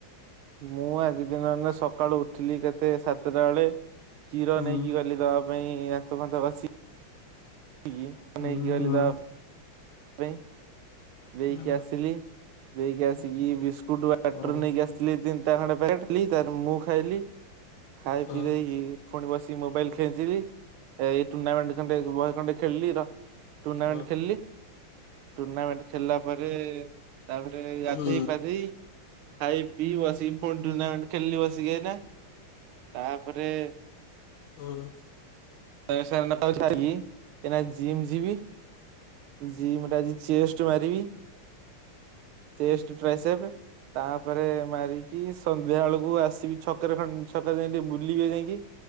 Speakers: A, on the right (about 75°); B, on the left (about 70°).
A: ମୁଁ ଆଜି ଦିନଟା ସକାଳୁ ଉଠିଲି କେତେ ସାତଟା ବେଳେ କ୍ଷୀର
B: ହୁଁ
A: ନେଇକି ଗଲି ଦବା ପାଇଁ। ପାଇଁ ଦାନ୍ତ ଫାନ୍ତ ଘସି, କ୍ଷୀର
B: ହୁଁ
A: ନେଇକି ଗଲି
B: ହୁଁ
A: ଦବା ପାଇଁ ଦେଇକି
B: ହୁଁ।
A: ଆସିଲି ଦେଇକି ଆସିକି ବିସ୍କୁଟ ବା ବାଟରୁ
B: ହୁଁ
A: ନେଇକି ଆସିଥିଲି ତିନିଟା ଖଣ୍ଡେ ପ୍ୟାକେଟ ତାପରେ ମୁଁ ଖାଇଲି, ଖାଇ
B: ହୁଁ
A: ପିଇ ଦେଇକି ପୁଣି ବସିକି ମୋବାଇଲ ଖେଞ୍ଚିଲି ଏଇ ଟୁର୍ଣ୍ଣାମେଣ୍ଟ ଖଣ୍ଡେ ବହେ ଖଣ୍ଡେ ଖେଳିଲି, ରହ ଟୁର୍ଣ୍ଣାମେଣ୍ଟ
B: ହୁଁ
A: ଖେଳିଲି। ଟୁର୍ଣ୍ଣାମେଣ୍ଟ ଖେଳିଲା ପରେ ତାପରେ ଗାଧେଇ
B: ହୁଁ
A: ପାଧେଇ ଖାଇ ପିଇ ବସିକି ପୁଣି ଟୁର୍ଣାମେଣ୍ଟ ଖେଳିଲି ବସିକି ଏଇନା ତାପରେ
B: ହଁ
A: <unintelligible> ସାରିକି ଏଇନା ଜିମ୍ ଯିବି। ଜିମ୍ ରେ ଆଜି ଚେଷ୍ଟ ମାରିବି, ଚେଷ୍ଟ ଟ୍ରାଏସେଫ୍। ତାପରେ ମାରିକି ସନ୍ଧ୍ୟା ବେଳକୁ ଆସିବି ଛକରେ ଖଣ୍ଡେ ଛକରେ ଯାଇ ଟିକେ ବୁଲିବି ଯାଇକି।